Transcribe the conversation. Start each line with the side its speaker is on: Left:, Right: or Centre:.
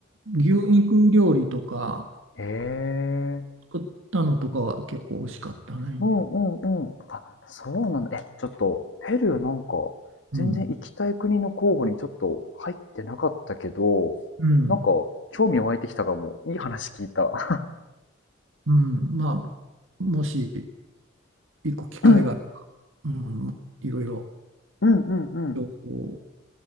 Right: ん、牛肉料理とか、
Left: <laughs> へえ。
Right: 作ったのとかは結構美味しかったね。
Left: うんうんうん。あ、そうなんだ。え、ちょっと、ペルーなんか、
Right: うん。
Left: 全然行きたい国の候補にちょっと入ってなかったけど、
Right: うん。
Left: なんか、興味湧いてきたかも。いい話聞いた。<laughs>
Right: うん、まあ、もし行く機会が、
Left: うん、
Right: うん、いろいろ
Left: うん、うん、うん。
Right: こ